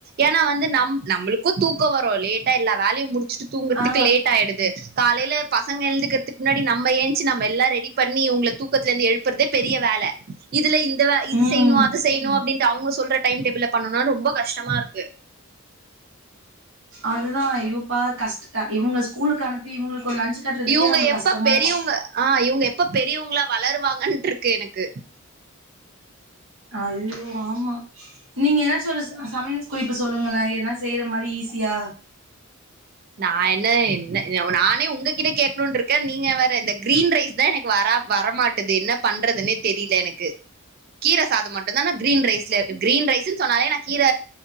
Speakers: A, on the right; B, on the right.
A: ஏன்னா வந்து நம் நம்மளுக்கு தூக்க வரு லேட்டா எல்லா வேலையு முடிச்சுட்டு தூங்கறதுக்கு
B: ஆ
A: லேட் ஆயிடுது காலையில பச பசங்க எழுதுக்கறதுக்கு முன்னாடி நம்ம ஏன்ச்சி நம்ம எல்லா ரெடி பண்ணி இவங்கள தூக்கத்தலருந்து எழுப்புறதே பெரிய வேல இதுல இந்த வே இது
B: ம்
A: செய்யணு அது செய்யணு அப்டின் ட்டு அவங்க சொல்ற டைம் டேபிள்ல பண்ணுன்னா ரொம்ப கஷ்டமா இருக்கு
B: அதுதா ஐயோயப்பா கஷ்ட இவங்க ஸ்கூலுக்கு அனுப்பி இவங்களுக்கு ஒரு லன்ச் கட்டுறதுக்கே
A: இவங்க
B: நமக்கு
A: எப்ப
B: கஷ்டமா
A: பெரியவங்க
B: இருக்
A: ஆ இவங்க எப்ப பெரியவங்களா வளருவாங்கட்டு இருக்கு எனக்கு
B: ஐய்யய்யோ ஆமா நீங்க என்னாச்சு ஒரு சமையல் குறிப்பு சொல்லுங்களே எதனா செய்யற மாரி ஈஸியா
A: நா என்ன என்ன நானே உங்ககிட்ட கேட்கணுன்னு இருக்கே நீங்க வேற இந்த கிரீன் ரைஸ் தா எனக்கு வர வரமாட் டுது என்ன பண்றதுன்னே தெரில எனக்கு கீர சாதோ மட்டுதான கிரீன் ரைஸ்ல கிரீன் ரைஸ்ன்னு சொன்னாலே நா கீர